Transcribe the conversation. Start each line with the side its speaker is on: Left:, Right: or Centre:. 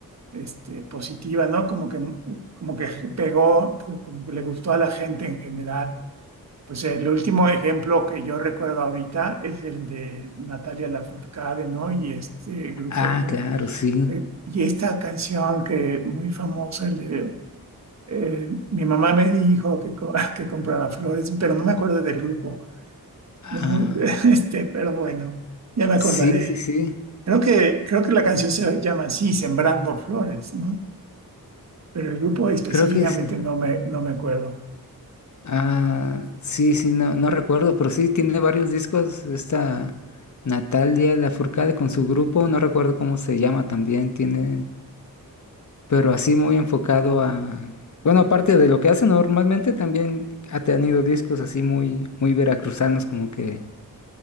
Right: este, positiva, ¿no? Como que, como que pegó, como que le gustó a la gente en general. Pues el último ejemplo que yo recuerdo ahorita es el de Natalia Lafourcade, ¿no? Y este grupo,
Left: Ah,
Right: ¿cómo?
Left: claro, sí.
Right: Eh, y esta canción que muy famosa, el de, eh, mi mamá me dijo que, co- <laughs> que comprara flores, pero no me acuerdo del grupo,
Left: Ah,
Right: ¿no? <laughs> Este, pero bueno, ya me acordaré.
Left: sí, sí, sí.
Right: Creo que, creo que la canción se llama así, Sembrando Flores, ¿no? Pero el grupo específicamente
Left: Creo que sí.
Right: no me, no me acuerdo.
Left: Ah, sí, sí, no, no recuerdo, pero sí tiene varios discos. Esta Natalia Lafourcade con su grupo, no recuerdo cómo se llama también, tiene, pero así muy enfocado a, bueno, aparte de lo que hace normalmente, también ha tenido discos así muy, muy veracruzanos, como que